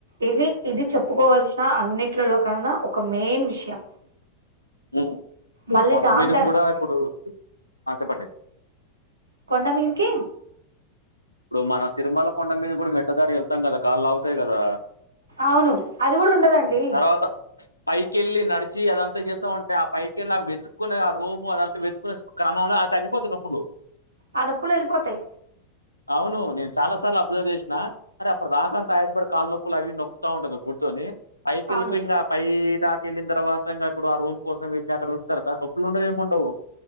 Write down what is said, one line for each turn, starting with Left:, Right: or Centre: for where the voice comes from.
Right: ఇది ఇది చెప్పుకోవాలసిన అన్నింటిలో కన్నా ఒక మెయిన్ విషయం
Left: ఉ మా
Right: మళ్ళీ
Left: కొండ
Right: దాని
Left: మీదికి
Right: త
Left: కూడా ఇప్పుడు ఆ చెప్పండి
Right: కొండ మీదికి
Left: ఇప్పుడు మన తిరుమల కొండ మీద కూడా మెట్ ట్ల దారి వెళ్తాం కదా కాళ్ళు లాగుతాయి కదా
Right: అవును అది కూడా ఉండదండి
Left: తర్వాత పైకెళ్లి నడిసి అదంతా చేద్దామంటే ఆ పైకెళ్ ఆ వెతుకోనే ఆ రూము అదంతా వెతుకుొనే క్రమ మంలో ఆ తగ్గిపోతాయి నొప్పులు
Right: ఆ నొప్పులు వెళ్ళిపోతాయి
Left: అవును నేను చాలా సార్లు అబ్జర్వ్ చేసినా అరే అప్పుడు దాకా అంత ఆయాసపడి కాలు నొప్పులు అవి నొక్కుతా ఉంటారు కూర్చొని పైకెళ్ళిపోయి
Right: అవును
Left: ఇంగా పై చాక్ వెళ్ళిన తవాత ఇంకా ఇప్పుడు ఆ రూమ్ కోసం వెళ్ళాయాక ఉంటారు కదా నప్పులు ఉండవు ఏమిముండవు